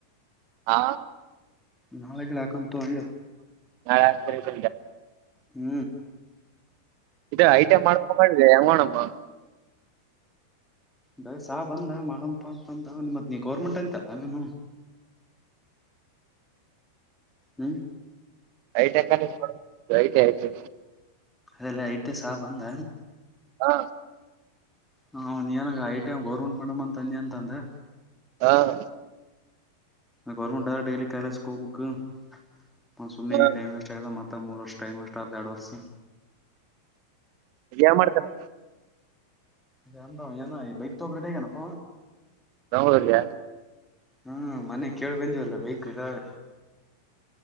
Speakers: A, on the right; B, in the centre.
A: ಹಾ
B: ನಾಳೆಗಳು ಹಕಮ್ ತಗೋ ಅಂದೆ
A: ನಾಳೆ ಆ ಸರಿತ
B: ಹೂ
A: ಇದೆ ಐಟಂ ಮಾಡ ಹೆಂಗ್ ಮಾಡಣಮ್ಮ
B: ದ ಸಹ ಬಂದ ಮಾಡಪ ಅಂತ ಬಂದ ಮತ್ ನೀ ಗೌರ್ಮೆಂಟ್ ಅಂತಲ್ಲ ನಿನ್ನ ಹೂ
A: ಐ ಟೆ ನೋಡ ಐಟ ಆಯ್ತು
B: ಅದೆಲ್ಲ ಐಟ ಸಾಹ ಬಂದ
A: ಹಾ
B: ಹನ್ ಏನಾಗ ಐಟಿ್ ಗೌರ್ಮೆಂಟ್ ಮೇಡಮ್ ಅಂತ ತಂದಿ ಅಂತ ಅಂದೆ
A: ಹಾ ಹ
B: ಅದು ಗೋವರ್ಮೆಂಟ್ ಡೈಲಿ ಕಾಲೇಜ್ಗೆ ಹೋಗ್ಬೇಕು ಸುಮ್ಮನೆ
A: ಹಾ
B: ಈಗ ಟೈಮ್ ವೇಸ್ಟ್ ಅಷ್ಟದ ಮತ್ತ ಮೂರ್ ವರ್ಷ ಟೈಮ್ ಇಷ್ಟ ಅ ಎರಡು ವರ್ಷ
A: ಇನ್ ಎನ್ ಮಾಡ್ತಾ ಇಗ
B: ಇ ಅಂದಏ ಬೈಕ್ ತಗ್ರಿೇಗ ನಕ
A: ಬೆಂಗಳೂರುಲ್ಲಿಯಾ
B: ಹ್ಮ ಮನೆ ಕೇಳಿ ಬಂದಿವವಲ್ಲ ಬೈಕ್ ಇದಾಗ